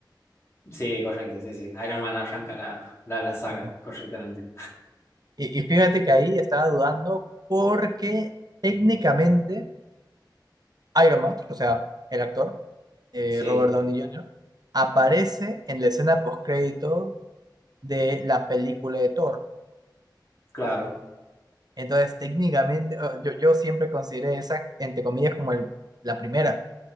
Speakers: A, on the left; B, on the right.
A: Sí, correcto, sí, sí. Iron Man arranca la, la, la saga,
B: Ujú.
A: correctamente.
B: Y, y fíjate que ahí estaba dudando porque técnicamente Iron Man, o sea, el actor, eh,
A: Sí,
B: Robert Downey Jr., aparece en la escena postcrédito de la película de Thor.
A: claro,
B: Entonces, técnicamente, eh, yo, yo siempre consideré esa, entre comillas, como el- la primera.